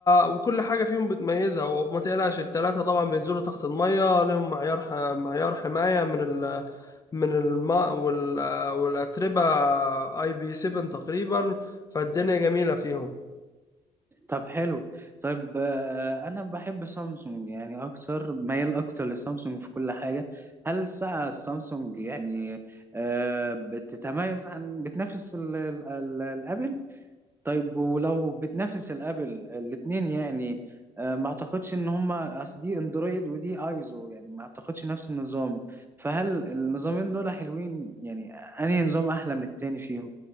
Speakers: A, on the left; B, on the right.
A: وكل حاجه فيهم بتميزها وما تقلقش الثلاثه طبعا بينزلوا تحت الميه لهم معيار ح... معيار حمايه من ال... من الماء والأتربة اي بي 7 تقريبا فالدنيا جميلة فيهم
B: طب حلو طيب آه أنا بحب سامسونج يعني أكتر ميال أكتر لسامسونج في كل حاجة هل الساعة السامسونج يعني آه بتتميز عن بتنافس ال- ال- ال- الأبل طيب ولو بتنافس الابل الاثنين يعني آه، ما اعتقدش ان هما اصل دي اندرويد ودي ايزو يعني ما اعتقدش نفس النظام فهل النظامين دول حلوين يعني انهي نظام احلى من التاني فيهم